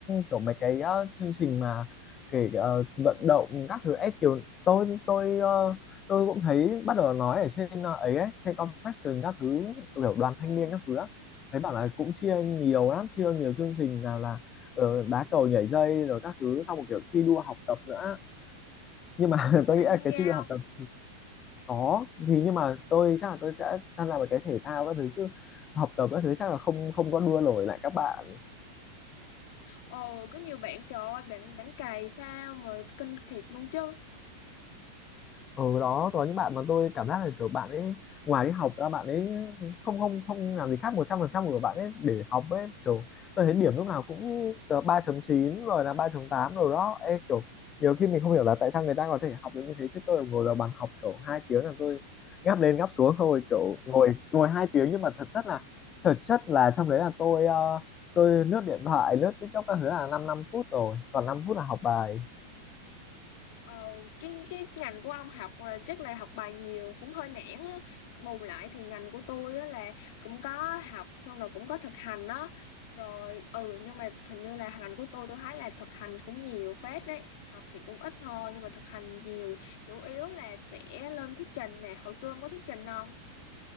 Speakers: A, on the left; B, on the left.
A: kiểu mấy cái ờ, chương trình mà kể ờ, vận động các thứ ấy kiểu tôi tôi ờ, tôi cũng thấy bắt đầu nói ở trên ờ, ấy, ấy trên confession các thứ kiểu đoàn
B: Ừ,
A: thanh niên các thứ á thấy bảo là cũng chia nhiều lắm chia nhiều chương trình nào là ờ, đá cầu nhảy dây rồi các thứ xong một kiểu thi đua học tập nữa nhưng mà
B: ông
A: <laughs>
B: có
A: tôi
B: định
A: nghĩ là
B: tham gia
A: cái thi đua
B: không?
A: học tập có thì nhưng mà tôi chắc là tôi sẽ tham gia vào cái thể thao các thứ chứ học tập các thứ chắc là không không có đua nổi lại các bạn
B: Ồ, có nhiều bạn trời ơi, bạn bạn cày sao mà kinh thiệt luôn chứ.
A: ở đó có những bạn mà tôi cảm giác là kiểu bạn ấy ngoài đi học ra bạn ấy không không không làm gì khác một trăm phần trăm của bạn ấy để học ấy kiểu tôi thấy điểm lúc nào cũng từ ba chấm chín rồi là ba chấm tám rồi đó Ê, kiểu nhiều khi mình không hiểu là tại sao người ta có thể học được như thế chứ tôi ngồi vào bàn học kiểu hai tiếng là tôi ngáp lên ngáp xuống thôi kiểu ngồi ngồi hai tiếng nhưng mà thật chất là thực chất là trong đấy là tôi ờ, tôi lướt điện thoại lướt TikTok các thứ là 5 năm năm phút rồi còn 5 phút là học bài
B: Ờ, cái cái ngành của ông học là chắc là học bài nhiều cũng hơi nản á. Bù lại thì ngành của tôi á là cũng có học xong rồi cũng có thực hành á. Rồi ừ nhưng mà hình như là ngành của tôi tôi thấy là thực hành cũng nhiều phết đấy. Học thì cũng ít thôi nhưng mà thực hành nhiều. Chủ yếu là sẽ lên thuyết trình nè. Hồi xưa ông có thuyết trình không?